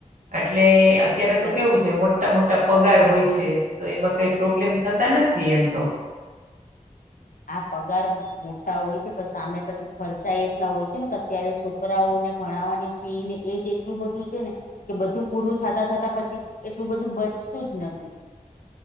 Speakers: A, on the right (about 70°); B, on the left (about 80°).
A: અટલે અત્યારે
B: સાચી
A: તો કેવું છે મોટા મોટા પગાર હોય છે, તો એમાં કઈ પ્રોબ્લેમ થતા નથી, એમ તો
B: આ પગાર મોટા હોય છે પણ સામે પછી ખર્ચા એટલા હોય છે ને કે અત્યારે છોકરાઓને ભણાવવાની ફી ને એજ જેટલું બધું છે ને, કે બધું પૂરું થતા થતા પછી એટલું બધું બચતું જ નથી.